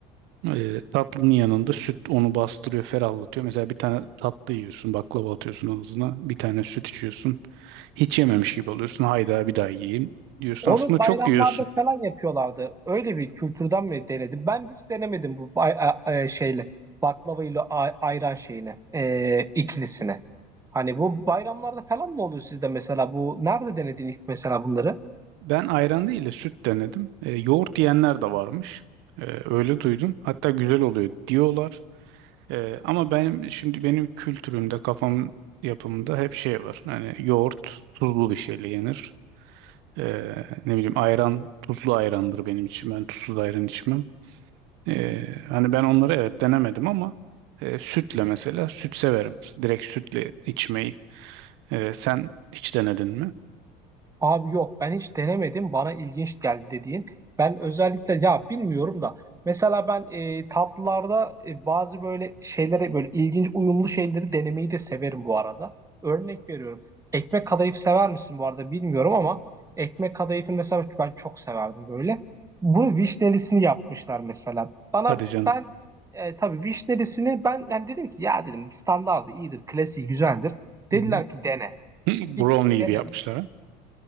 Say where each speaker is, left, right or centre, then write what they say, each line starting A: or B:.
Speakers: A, on the right; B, on the right.
A: E, tatlının yanında süt onu bastırıyor, ferahlatıyor. Mesela bir tane tatlı yiyorsun, baklava atıyorsun ağzına. Bir tane süt içiyorsun. Hiç yememiş gibi oluyorsun. Hayda bir daha yiyeyim diyorsun.
B: Onu
A: Aslında
B: bayramlarda
A: çok yiyorsun.
B: falan yapıyorlardı. Öyle bir kültürden mi denedim? Ben hiç denemedim bu bay- e, e, şeyle baklava ile a- ayran şeyine e, ikilisine. Hani bu bayramlarda falan mı oluyor sizde mesela bu nerede denedin ilk mesela bunları?
A: Ben ayran değil de süt denedim. E, yoğurt diyenler de varmış. E, öyle duydum. Hatta güzel oluyor diyorlar. E, ama benim şimdi benim kültürümde, kafam yapımında hep şey var. Hani yoğurt tuzlu bir şeyle yenir. E, ne bileyim ayran tuzlu ayrandır benim için. Ben tuzsuz ayran içmem. E, hani ben onları evet denemedim ama e, sütle mesela süt severim. Direkt sütle içmeyi. E, sen hiç denedin mi?
B: Abi yok ben hiç denemedim bana ilginç geldi dediğin. Ben özellikle ya bilmiyorum da mesela ben e, tatlılarda e, bazı böyle şeylere böyle ilginç uyumlu şeyleri denemeyi de severim bu arada. Örnek veriyorum. Ekmek kadayıf sever misin bu arada bilmiyorum ama ekmek kadayıfını mesela ben çok severdim böyle. Bunu vişnelisini yapmışlar mesela. Bana
A: Hadi canım.
B: ben e, tabii vişnelisini ben yani dedim ki ya dedim standardı iyidir klasiği güzeldir. Dediler
A: Hı
B: ki dene.
A: hı. <laughs>
B: Gittim
A: Brownie gibi
B: denedim.
A: yapmışlar